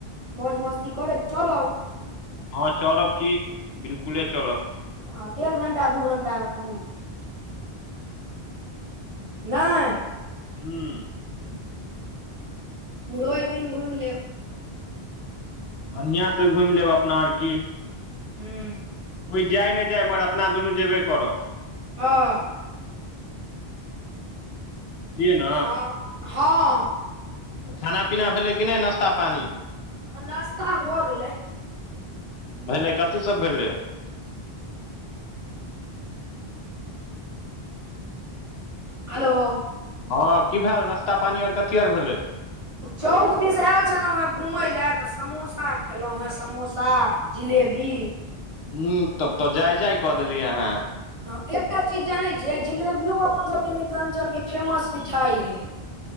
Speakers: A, on the right (about 35°); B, on the left (about 75°).
A: मौज मस्ती करेत चलब।
B: हँ चलब कि बिलकुले चलब।
A: ह डेढ़ घंटा दू घंटा मे पहुँच जे। नय।
B: हूंउ
A: मुरवि दिन घुमि लेब।
B: बढ़िआँ से घुमि लेब अपना आर की।
A: हूं
B: कोइ जाय नहि जाय मगर अपना दुनू जेबे करब।
A: हँऽ
B: बुझलियै ने
A: हँ- हँ
B: खाना- पीना भेलै कि नहि नश्ता पानि।
A: नाश्ता भ गेलय।
B: भेलै कथी सब भेलै।
A: हलो
B: हँ की भेल, नाश्ता पानी और कथी आर भेलै।
A: चौक दिस आयल छलहुँ हे, घुमले तऽ समोसा खेलहुँ हे समोसा। जिलेबी
B: हुं तब त जाय जाय कऽ देलिय अहाँ।
A: हँ एकटा चीज जाने छियै, जिलेबियो अपन सबके मिथिलाञ्चल के फेमस मिठाई अय।